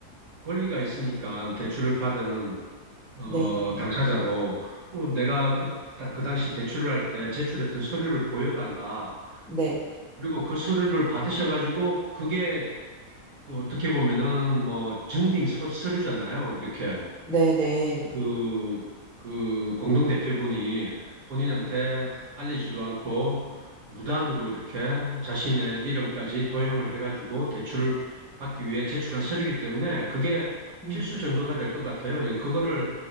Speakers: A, on the right; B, in the centre.
A: 권리가 있으니까 대출을 받은 어,
B: 네,
A: 당사자로 어, 내가 그, 다- 그 당시 대출을 할 때 제출했던 서류를 보여달라.
B: 네,
A: 그리고 그 서류를 받으셔가지고 그게 그 어떻게 보면은 뭐 증빙 서- 서류잖아요. 이렇게.
B: 네, 네,
A: 그, 그 공동 대표분이 본인한테 알리지도 않고 무단으로 이렇게 자신의 이름까지 도용을 해가지고 대출을 받기 위해 제출한 서류이기 때문에 그게
B: 음,
A: 필수 증거가 될 것 같아요. 예, 그거를